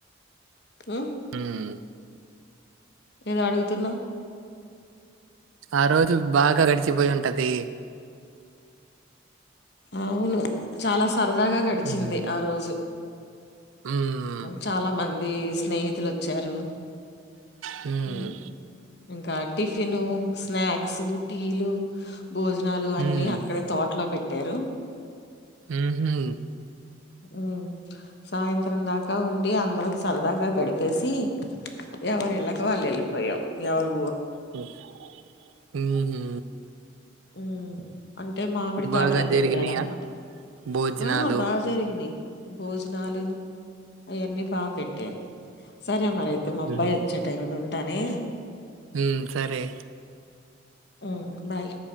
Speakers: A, on the left; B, on the right.
A: హ్మ్
B: హ్మ్
A: ఏదో అడుగుతున్నావ్
B: ఆ రోజు బాగా గడిచిపోయి ఉంటది
A: అవును చాలా సరదాగా గడిచింది
B: హ్మ్
A: ఆ రోజు
B: హ్మ్
A: చాలా మంద్ ది స్నేహితులు వచ్చారు
B: హ్మ్
A: ఉమ్ ఇంకా టిఫిన్ స్నాక్స్ టీలు భోజనాలు
B: హ్మ్
A: అన్ని అక్కడే తోట్లో పెట్టారు
B: ఊహూ
A: హ్మ్ సాయంత్రం దాకా ఉండి అందరం సరదాగా గడిపేసి ఎవరు ఇళ్ళ కు వాళ్ళు వెళ్లిపోయాం ఎవరు
B: హ్మ్ హు
A: హ్మ్ అంటే మామిడి
B: బాగా
A: తోటలో
B: జరిగినయా
A: పెట్టారన్నమాట
B: భోజనాలు
A: ఆ బాగ జరిగినయి భోజనాలు అయ్యన్నీ బా పెట్టారు స రే మర అయితే మా
B: హ్మ్
A: అబ్బాయ్ వచ్చే టైం అయింది ఉ టనే
B: హ్మ్ సరే
A: హ్మ్ బాయ్